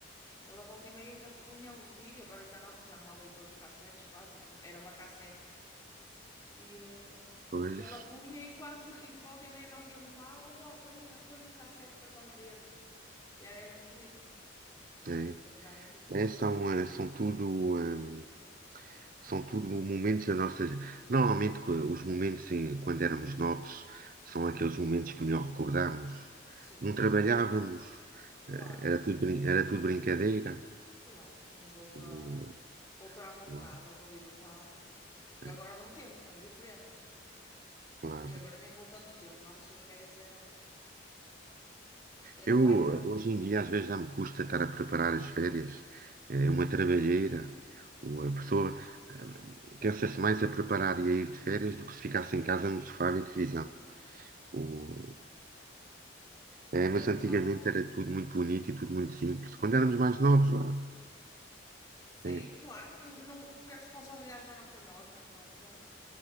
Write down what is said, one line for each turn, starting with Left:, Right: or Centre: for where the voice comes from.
Left: Ela volta e meia ainda punha o vídeo, agora já não, porque já não há leitores de cassetes, quase, aquilo era uma cassete. E, eh,
Right: Pois,
Left: e ela punha e quase, e volta e meia nós íamos lá, ó avó, ponha, ponha a cassete para nós vermos. E era, era muito bonito
Right: é.
Left: lembrar aquilo.
Right: É, são, eh, são tudo, hum, são tudo momentos da nossa. Normalmente, co- os momentos em- quando éramos novos são aqueles momentos que melhor recordamos.
Left: Sim,
Right: Não trabalhávamos.
Left: claro,
Right: Era tudo, brin- era tudo brincadeira.
Left: claro, tínhamos outra,
Right: O-
Left: outra à vontade,
Right: não,
Left: outra liberdade, que, que
Right: é,
Left: agora não temos, não é? É diferente.
Right: claro.
Left: E agora nem vou tanto tempo. Antes as férias eram, eram
Right: Eu,
Left: maiores,
Right: hoje
Left: tínhamos
Right: em
Left: mais
Right: dia,
Left: tempo.
Right: às vezes já me custa estar a preparar as férias. É uma trabalheira. O- A pessoa eh, cansa-se mais a preparar e a ir de férias do que se ficasse em casa no sofá e televisão. O-
Left: Sim,
Right: é, mas
Left: é verdade.
Right: antigamente era tudo muito bonito e tudo muito simples. Quando éramos mais novos, vá,
Left: Sim,
Right: é,
Left: claro, por- não, porque as responsabilidades não eram para nós, não é? Nós eh,